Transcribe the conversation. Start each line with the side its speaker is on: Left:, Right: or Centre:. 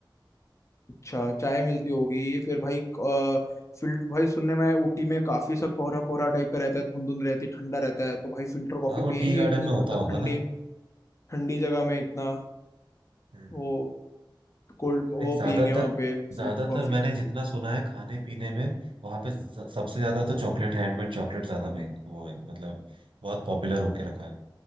Left: अच्छा चाय मिलती होगी फिर भाई अ, फिल्ट भाई सुनने में आया, ऊटी में काफी सा कोहरा कोहरा टाइप का रहता है धुंध धुंध रहती है ठंडा रहता है तो भाई फिल्टर कॉफी
Right: हाँ
Left: पियेंगे
Right: वो टी गार्डन
Left: इतनी
Right: में होता
Left: मतलब
Right: होगा
Left: ठंडी
Right: ना
Left: ठंडी जगह में इतना
Right: हम्म।
Left: वो कोल्ड
Right: एक
Left: वो
Right: ज्यादातर
Left: पियेंगे वहां पे फिल्टर
Right: ज्यादातर
Left: कॉफी
Right: मैंने जितना सुना है खाने पीने में वहां पे ज- सबसे ज्यादा तो चॉकलेट हैंडमेड चॉकलेट ज्यादा महंगी वो है मतलब बहुत पॉपुलर होके रखा है